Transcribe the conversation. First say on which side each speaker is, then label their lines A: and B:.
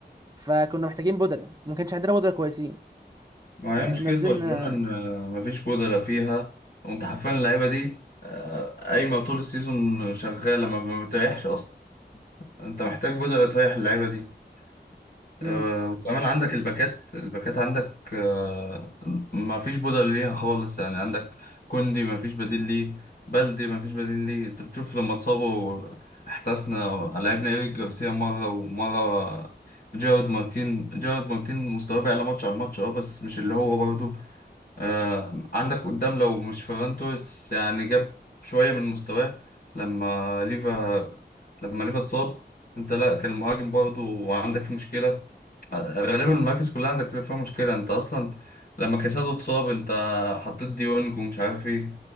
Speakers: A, on the right; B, on the left.
A: فكنا محتاجين بدلة وما كانش عندنا بدلة كويسين
B: ما
A: فنزلنا
B: هي مشكله برشلونه ان مفيش بودره فيها وانت حرفيا اللعيبه دي آه، قايمه طول السيزون شغاله ما ما بتريحش اصلا انت محتاج بودره تريح اللعيبه دي آه،
A: امم
B: وكمان عندك الباكات الباكات عندك آه، ما فيش بدل ليها خالص يعني عندك كوندي ما فيش بديل ليه بلدي ما فيش بديل ليه انت بتشوف لما اتصابوا احتسنا لعبنا ايريك جارسيا مرة ومرة جارد مارتين جارد مارتين مستواه بيعلى ماتش عن ماتش اه بس مش اللي هو برضه آه، عندك قدام لو مش فيران توريس يعني جاب شوية من مستواه لما ليفا لما ليفا اتصاب انت لا كان المهاجم برضه عندك فيه مشكلة آه، غالبا المراكز كلها عندك فيها مشكلة انت اصلا لما كاسادو اتصاب انت حطيت ديونج ومش عارف ايه